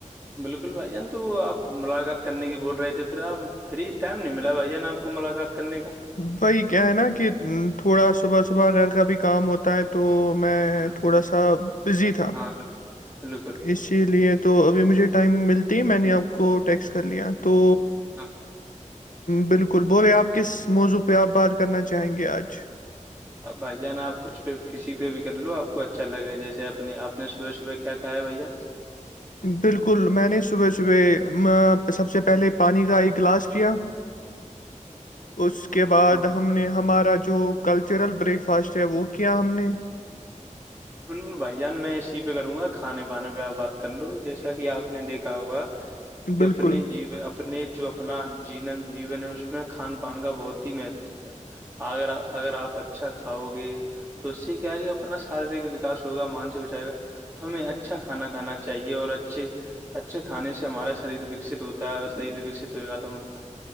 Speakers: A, on the right; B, on the left.
A: بالکل بھائی یان تو وہ آپ ملاقات کرنے کی بول رہے تھے پھر آپ فری ٹائم نہیں ملا بھائی جان آپ کو ملاقات کرنے کا
B: بھائی کیا ہے نا کہ تھوڑا صبح صبح گھر کا بھی کام ہوتا ہے تو میں
A: بالکل
B: تھوڑا سا بزی تھا
A: ہاں بالکل بالکل
B: اسی لیے تو ابھی مجھے ٹائم ملتی میں نے آپ کو ٹیکس کر لیا تو
A: ہاں۔
B: بالکل بولے آپ کس موضوع پہ آپ بات کرنا چاہیں گے آج
A: اب بھائی جان آپ کچھ پہ کسی پہ بھی کر لو آپ کو اچھا لگے جیسے اپنے آپ نے صبح صبح کیا کھا ہے بھائی جان
B: بالکل میں نے صبح صبح سب سے پہلے پانی کا ایک گلاس پیا
A: <inaudible>
B: اس کے بعد
A: اور
B: ہم نے ہمارا جو کلچرل بریک فاسٹ ہے وہ کیا ہم نے
A: بالکل بھائی جان میں اسی پہ کروں گا کھانے پانے پہ آپ بات کر لو جیسا کہ آپ نے دیکھا ہوگا کہ
B: بالکل
A: اپنے جی اپنے جو اپنا ج جیون ہے اس میں کھان پان کا بہت ہی مہتو ہے اگر اگر آپ اچھا کھاؤ گے تو اس سے کیا یہ اپنا شاریرک وکاس ہوگا مانسک اچائےا تو ہمیں اچھا کھانا کھانا چاہیے اور اچھے اچھے کھانے سے ہمارا شریر وکست ہوتا ہے اور شریر بھی وکست ہوئے گا توم